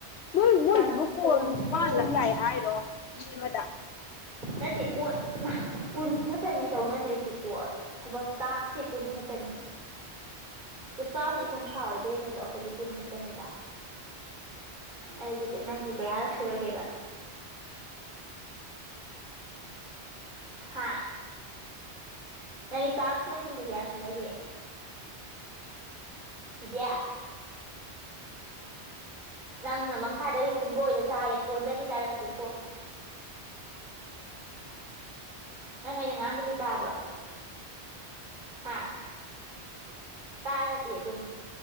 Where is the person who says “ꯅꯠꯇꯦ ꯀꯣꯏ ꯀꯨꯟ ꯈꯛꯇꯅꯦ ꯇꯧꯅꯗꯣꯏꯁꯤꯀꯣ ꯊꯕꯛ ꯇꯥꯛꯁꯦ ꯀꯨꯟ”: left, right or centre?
Right